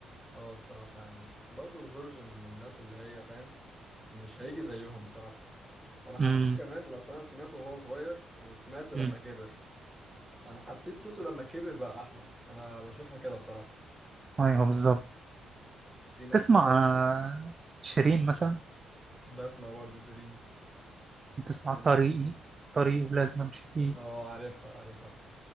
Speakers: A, in the centre; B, on the right.
A: أه بصراحة يعني برضو جورج من الناس اللي هي فاهم مش هيجي زيهم بصراحة انا حسيت
B: امم
A: كمان لأصل انا سمعته وهو صغير وسمعته لما
B: أمم.
A: كبر انا حسيت صوته لما كبر بقى احلى انا بشوفها كده بصراحة
B: ايوه بالظبط
A: في ناس
B: تسمع
A: تقول لك
B: آه، شيرين مثلا
A: بسمع برضو شيرين
B: تسمع
A: أنت-
B: طريقي طريقي ولازم امشي فيه
A: اه عارفها عارفها